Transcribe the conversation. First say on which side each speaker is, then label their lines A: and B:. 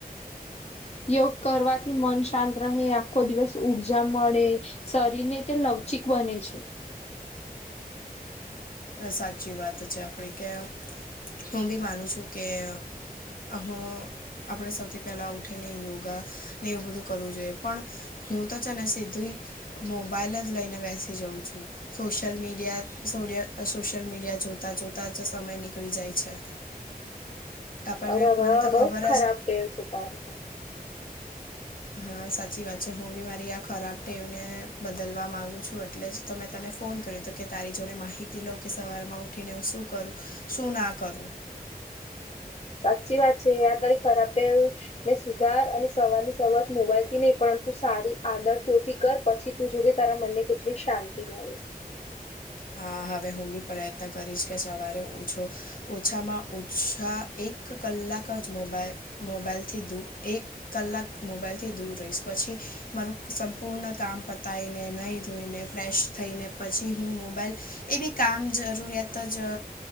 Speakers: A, on the left (about 65°); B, on the left (about 40°).
A: <inaudible>
B: યોગ કરવાથી મન શાંત રહે આખો દિવસ ઉર્જા મળે શરીર ને તે લવચિક બને છે.
A: સાચી વાત છે આપડી કે હું બી માનું છું કે અ હું આપણે સૌથી પહેલાં ઉઠીને યોગા ને એવું બધું કરવું જોઈએ પણ હું તો છે ને સીધું મોબાઈલ જ લઈને બેસી જાઉં છું સોશિયલ મીડિયા સોડ સોશિયલ મીડિયા જોતા જોતા જ સમય નીકળી જાય છે આપણ
B: અરેર
A: ને મને તો ખબર
B: બહુ ખરાબ
A: જ
B: ટેવ છે તારે
A: હા સાચી વાત છે હું બી મારી આ ખરાબ ટેવને બદલવા માંગુ છું એટલે જ તો મેં તને ફોન કર્યો હતો કે તારી જોડે માહિતી લઉં કે સવારમાં ઉઠીને હું શું કરું શું ના કરું
B: સાચી વાત છે આ તારી ખરાબ ટેવ ને સુધાર અને સવાર ની શરૂઆત મોબાઈલ થી નહી પરંતુ સારી આદર તોથી કર પછી તું જોઈ જે તારા મનને કેટલી શાંતિ મળે છે
A: હા હવે હું બી પ્રયત્ન કરીશ કે સવારે ઓછો ઓછામાં ઓછા એક કલાક જ મોબાઈલ મોબાઈલથી દૂ એક કલાક મોબાઈલથી દૂર રહીશ પછી મારું સંપૂર્ણ કામ પતાવીને નહીં ધોઈને ફ્રેશ થઈને પછી હું મો મોબાઈલ એ બ કામ જરૂરિયાત જ